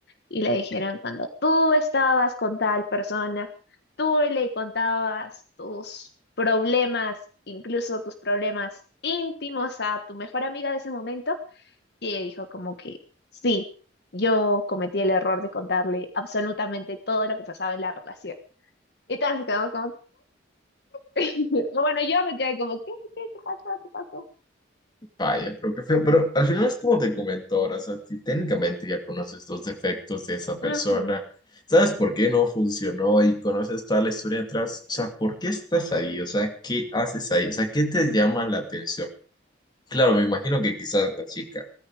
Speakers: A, on the left (about 60°); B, on the left (about 25°).
A: y le dijeron cuando tú estabas con tal persona, tú le contabas tus problemas, incluso tus problemas íntimos a tu mejor amiga de ese momento. Y ella dijo como que sí, yo cometí el error de contarle absolutamente todo lo que pasaba en la relación. Y todos nos quedamos como, <laughs> o bueno, yo me quedé como, ¿qué, qué, qué pasó? ¿Qué pasó?
B: Vaya, pero qué feo. Pero al final es como te comentó ahora, o sea, si técnicamente ya conoces los defectos de esa persona,
A: Ujú,
B: sabes por qué no funcionó y conoces toda la historia detrás, o sea, ¿por qué estás ahí? O sea, ¿qué haces ahí? O sea, ¿qué te llama la atención? Claro, me imagino que quizás la chica